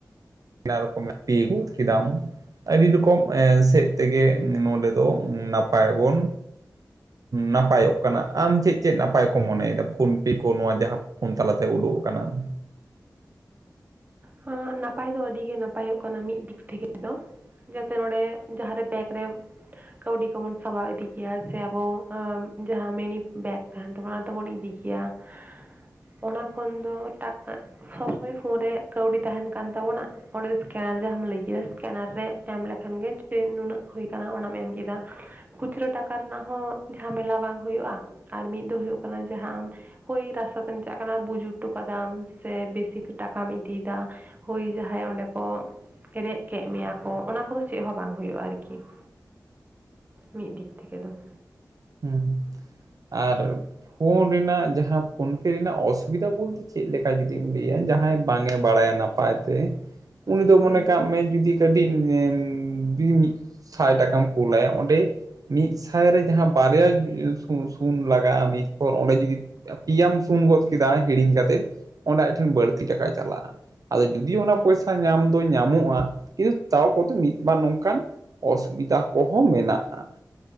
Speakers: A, on the right (about 60°); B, on the right (about 25°).
A: <unintelligible> ᱨᱚᱠᱚᱢ ᱟ ᱯᱤ ᱡᱩᱛ ᱠᱮᱫᱟᱢ ᱾ ᱟᱹᱰᱤ ᱫᱚᱠᱚᱢ ᱮ ᱥᱮᱡ ᱛᱮᱜᱮ ᱱᱚᱰᱮ ᱫᱚ ᱱᱟᱯᱟᱭ ᱵᱚᱱ ᱱᱟᱯᱟᱭᱼᱚᱜ ᱠᱟᱱᱟ ᱟᱢ ᱪᱮᱫ ᱪᱮᱫ ᱱᱟᱯᱟᱭ ᱠᱚ ᱢᱚᱱᱮᱭᱮᱫᱟ ᱯᱷᱳᱱ ᱯᱮ ᱠᱚ ᱱᱚᱣᱟ ᱡᱟᱦᱟᱸ ᱯᱷᱳᱱ ᱛᱟᱞᱟ ᱛᱮ ᱳᱰᱳᱜ ᱠᱟᱱᱟ ᱾
B: ᱦᱚᱸ ᱱᱟᱯᱟᱭ ᱫᱚ ᱟᱹᱰᱤ ᱜᱮ ᱱᱟᱯᱟᱭᱼᱚᱜ ᱠᱟᱱᱟ ᱢᱤᱫ ᱫᱤᱠ ᱛᱷᱮᱠᱮ ᱫᱚ ᱾ ᱡᱟᱛᱮ ᱱᱚᱰᱮ ᱡᱟᱦᱟᱸ ᱨᱮ ᱵᱮᱠ ᱨᱮ ᱠᱟᱹᱣᱰᱤ ᱠᱚ ᱵᱚᱱ ᱥᱟᱵᱟᱣ ᱤᱫᱤ ᱜᱮᱭᱟ ᱥᱮ ᱟᱵᱚ ᱚᱸ ᱡᱟᱦᱟᱸ ᱢᱤᱱᱤ ᱵᱮᱠ ᱛᱮᱦᱮᱱ ᱛᱟᱵᱚᱱᱟ ᱚᱱᱟ ᱛᱮᱵᱚᱱ ᱤᱫᱤ ᱜᱮᱭᱟ ᱾ ᱚᱱᱟ ᱠᱷᱚᱱ ᱫᱚ ᱴᱟᱠᱟ ᱥᱚᱵᱽ ᱥᱚᱢᱚᱭ ᱯᱷᱳᱱ ᱨᱮ ᱠᱟᱹᱣᱰᱤ ᱛᱟᱦᱮᱱ ᱠᱟᱱ ᱛᱟᱵᱚᱱᱟ ᱾ ᱚᱸᱰᱮ ᱥᱠᱮᱱ ᱡᱟᱦᱟᱸᱢ ᱞᱟᱹᱭ ᱠᱮᱫᱟ ᱥᱠᱮᱱᱟᱨ ᱨᱮ ᱮᱢ ᱞᱮᱠᱷᱟᱱ ᱜᱮ ᱡᱮ ᱱᱩᱱᱟᱹᱜ ᱦᱩᱭ ᱠᱟᱱᱟ ᱚᱱᱟᱢ ᱮᱢ ᱠᱮᱫᱟ ᱾ ᱠᱷᱩᱪᱨᱟᱹ ᱴᱟᱠᱟ ᱨᱮᱱᱟᱜ ᱦᱚᱸ ᱡᱷᱟᱢᱮᱞᱟ ᱵᱟᱝ ᱦᱩᱭᱩᱜᱼᱟ, ᱟᱨ ᱢᱤᱫ ᱫᱚ ᱦᱩᱭᱩᱜ ᱠᱟᱱᱟ ᱡᱟᱦᱟᱸ ᱟᱢ ᱦᱳᱭ ᱨᱟᱥᱛᱟ ᱛᱮᱢ ᱪᱟᱜ ᱠᱟᱱᱟ ᱵᱩᱡᱩᱨ ᱴᱩ ᱠᱟᱫᱟᱢ ᱥᱮ ᱵᱮᱥᱤ ᱠᱮ ᱴᱟᱠᱟᱢ ᱤᱫᱤᱭ ᱫᱟ ᱦᱳᱭ ᱡᱟᱦᱟᱸᱭ ᱚᱸᱰᱮ ᱠᱚ ᱨᱮᱜ ᱠᱮᱜ ᱢᱮᱭᱟ ᱠᱚ ᱚᱱᱟ ᱠᱚᱫᱚ ᱪᱮᱫ ᱦᱚᱸ ᱵᱟᱝ ᱦᱩᱭᱩᱜᱼᱟ ᱟᱨᱠᱤ ᱾ ᱢᱤᱜ ᱫᱤᱠ ᱛᱷᱮᱠᱮ ᱫᱚ ᱾
A: ᱦᱩᱸ ᱟᱨ ᱯᱷᱳᱱ ᱨᱮᱱᱟᱜ ᱡᱟᱦᱟᱸ ᱯᱷᱳᱱ ᱯᱮ ᱨᱮᱱᱟᱜ ᱚᱥᱩᱵᱤᱫᱟ ᱵᱚᱞᱛᱮ ᱪᱮᱫ ᱞᱮᱠᱟ ᱡᱩᱫᱤᱢ ᱞᱟᱹᱭᱟ ᱡᱟᱦᱟᱸᱭ ᱵᱟᱝ ᱮ ᱵᱟᱲᱟᱭᱟ ᱱᱟᱯ ᱯᱟᱭ ᱛᱮ
B: <inaudible>
A: ᱩᱱᱤ ᱫᱚ ᱢᱚᱱᱮ
B: ᱦᱳᱭ
A: ᱠᱟᱜ ᱢᱮ ᱡᱩᱫᱤ <unintelligible> ᱧᱮᱢ ᱵᱤᱸ ᱢᱤᱫ ᱥᱟᱭ ᱴᱟᱠᱟᱢ ᱠᱩᱞ ᱞᱟᱭᱟ ᱚᱸᱰᱮ ᱢᱤᱫ ᱥᱟᱭ ᱨᱮ ᱡᱟᱦᱟᱸ ᱵᱟᱨᱭᱟ ᱡᱩ-ᱥᱩᱸ-ᱥᱩᱱ ᱞᱟᱜᱟᱜ-ᱟ ᱢᱤᱫ ᱯᱚᱨ ᱚᱸᱰᱮ ᱡᱩᱫᱤ ᱯᱤᱭᱟᱢ ᱥᱩᱱ ᱜᱚᱫ ᱠᱤᱫᱟ ᱦᱤᱲᱤᱧ ᱠᱟᱛᱮᱫ ᱚᱸᱰᱮ ᱟᱡ ᱴᱷᱮᱱ ᱵᱟᱹᱲᱛᱤ ᱴᱟᱠᱟ ᱪᱟᱞᱟᱜ-ᱟ ᱾ ᱟᱫᱚ ᱡᱩᱫᱤ ᱚᱱᱟ
B: ᱦᱳᱭ
A: ᱯᱚᱭᱥᱟ ᱧᱟᱢ ᱫᱚ ᱧᱟᱢᱚᱜ-ᱟ, ᱠᱤᱱ ᱛᱟᱣ ᱠᱚ ᱛᱮ ᱢᱤᱫ ᱵᱟᱨ ᱱᱚᱝᱠᱟᱱ ᱚᱥᱩᱵᱤᱫᱟ ᱠᱚ ᱦᱚᱸ ᱢᱮᱱᱟᱜ-ᱟ ᱾